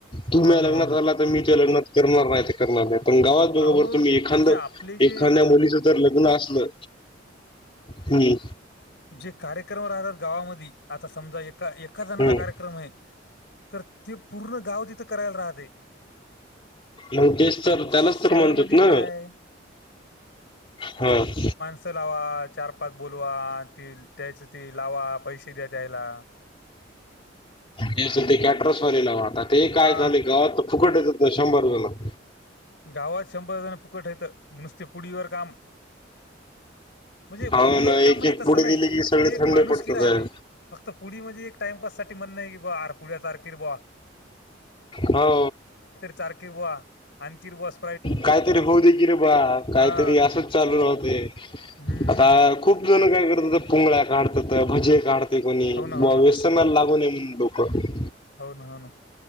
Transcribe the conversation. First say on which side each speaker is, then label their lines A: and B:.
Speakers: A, on the left; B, on the left.
A: तु माह्या
B: हो
A: लग्नात
B: ना हो ना
A: आला मी तुह्या लग्नात करणार. नाही ते करणार नाही. पण गावात बघा
B: अहो
A: बरं तुम्ही एखांद
B: म्हणजे आपले
A: -
B: जे
A: एखाद्या मुलीच जर लग्न असलं. हम्.
B: जे कार्य क्रम राहतात, गावामधी. आता समजा एका - एक एका जणाचा
A: हम्म
B: कार्यक्रम आहे. तर ते पूर्ण गाव तिथं करायला राहते.
A: मग तेच तर.
B: आणि
A: त्यालाच
B: शहरमध्ये
A: तर म्हणतेत न
B: काय आहे,
A: हा. <inaudible>
B: च लावा. चार- पाच बोलवा. त त्यायच ती लावा. पैसे द्या त्यायला.
A: ते अस ते कॅट्रसवाले लावा. आता ते काय
B: हा
A: झाले गावात फुकट येतच ना शंभरजणं.
B: गावात शंभर जण फुकट येतं. नुसते पुडीवर काम. म्हणजे
A: ह
B: पुडीवर
A: ना
B: काम
A: एक-
B: म्हणजे
A: एक
B: तसं
A: पुडी
B: नाही
A: दिली
B: ती
A: की, सगळे
B: एक
A: थंड
B: माणुसकी
A: पडत
B: राहते
A: जाय.
B: फक्त पुडी म्हणजे एक टाइमपाससाठी म्हणणं की, बा आर पुड्या चार की र बुवा.
A: हो.
B: चारकी र बुवा. आण कीर बुवा बस.
A: काहीतरी होऊ दे की रे बा. काहीतरी
B: हा
A: असंच चालू राहते.
B: हम्म
A: आता खूप जण काय करतात. पुंगळ्या काढतात. भजे काढतय कोणी.
B: हो ना, हो
A: बा
B: ना.
A: कोणाला लागू नये म्हणून डोकं.
B: हो, ना. हो, ना.